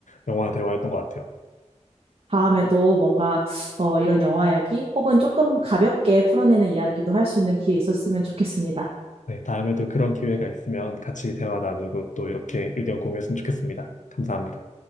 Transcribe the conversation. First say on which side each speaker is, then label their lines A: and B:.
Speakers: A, on the left (about 75°); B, on the right (about 50°).
A: 영화 대화였던 것 같아요.
B: 다음에도 뭔가 어, 이런 영화 이야기, 혹은 조금 가볍게 풀어내는 이야기도 할 수 있는 기회 있었으면 좋겠습니다.
A: 네, 다음에도 그런 기회가 있으면 같이 대화 나누고 또 이렇게 의견 공유했으면 좋겠습니다. 감사합니다.